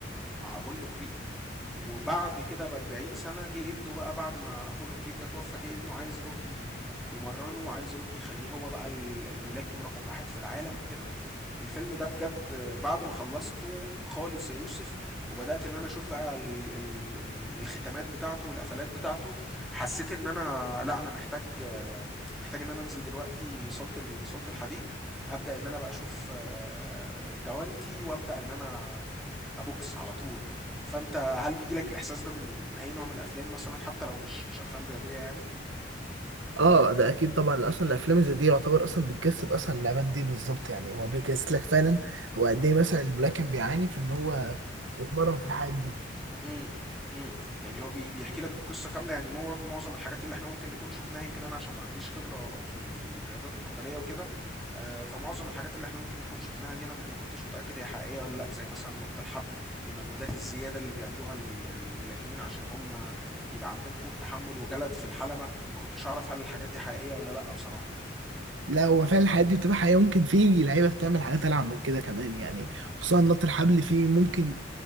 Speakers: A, in the centre; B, on the right.
A: مع ابولو كريد وبعد كده ب 40 سنه جه جه ابنه بقى بعد ما ابولو كريد ده توفى جه ابنه عايز روكي يمرنه وعايز روكي يخليه هو بقى ال- الملاكم رقم واحد في العالم وكده الفيلم ده بجد بعد ما خلصته خالص يا يوسف وبدأت ان انا اشوف بقى ال ال ال الختامات بتاعته والقفلات بتاعته حسيت ان انا لا انا محتاج محتاج ان انا انزل دلوقتي صالة ال- صالة الحديد ابدأ ان انا بقى اشوف آه، جوانتي وابدأ ان انا ابوكس على طول فانت هل بيجي لك الاحساس ده من من اي نوع من الافلام مثلا حتى لو مش مش افلام رياضيه يعني
B: اه ده اكيد طبعا اصلا الافلام زي دي يعتبر اصلا بتجسد اصلا اللعبات دي بالظبط يعني هو بيجسد لك فعلا هو قد ايه مثلا الملاكم بيعاني في ان هو يتمرن في الحاجات دي
A: امم امم يعني هو بي بيحكي لك القصه كامله يعني مو- معظم الحاجات اللي احنا ممكن نكون شفناها يمكن انا عشان ما عنديش خبره في ال... في الرياضات القتاليه وكده آه، فمعظم الحاجات اللي احنا ممكن نكون شفناها دي انا ما كنتش متاكد هي حقيقيه ولا لا زي مثلا نط الحبل المجهودات الزياده اللي بيعملوها ال- الملاكمين عشان هم يبقى عندهم قوه تحمل وجلد في الحلبه ما كنتش اعرف هل الحاجات دي حقيقيه ولا لا بصراحه
B: لا هو فعلا الحاجات دي بتبقى حقيقة ممكن في لعيبة بتعمل حاجات ألعب من كده كمان يعني خصوصا نط الحبل فيه ممكن